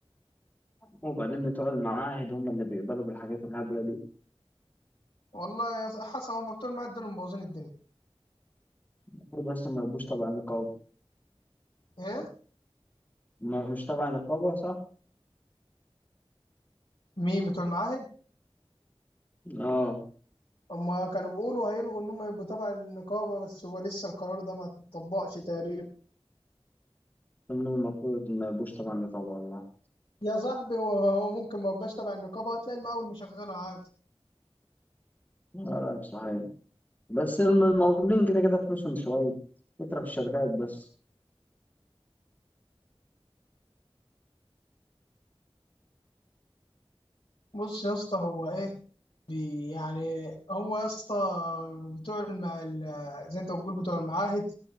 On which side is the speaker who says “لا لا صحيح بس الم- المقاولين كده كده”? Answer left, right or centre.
Left